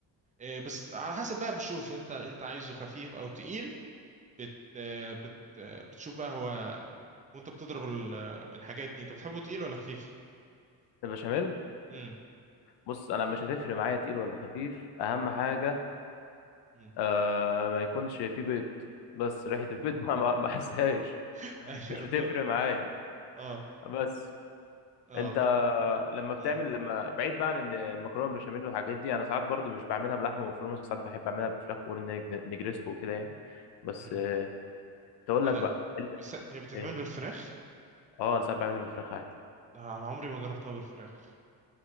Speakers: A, on the right (about 20°); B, on the left (about 75°).
A: إيه، بس على حسب بقى بشوف انت انت عايزه خفيف او تقيل بت آه، بت آه، بتشوف بقى هو وانت بتضرب ال- آه، الحاجات دي انت بتحبه تقيل ولا خفيف
B: البشاميل
A: امم
B: بص انا مش هتفرق معايا تقيل ولا خفيف اهم حاجه
A: امم
B: آه ما يكونش فيه بيض بس ريحة البيض <laughs> ما ما ما حسهاش
A: <laughs> ايوه
B: مش بتفرق
A: ف...
B: معايا
A: اه
B: بس
A: اه
B: انت
A: ب...
B: لما بتعمل
A: امم
B: لما بعيد بقى عن ان المكرونه بالبشاميل والحاجات دي انا ساعات برضو مش بعملها بلحمه مفرومه ساعات بحب اعملها بفراخ بقول ان هي نجريسكو وكده يعني بس
A: امم
B: آه، تقول
A: ايه
B: لك
A: ده
B: بقى انت-
A: بس... هي بتتعمل
B: ايه
A: بالفراخ
B: اه انا ساعات بعملها بفراخ عادي
A: لا، انا عمري ما جربتها بالفراخ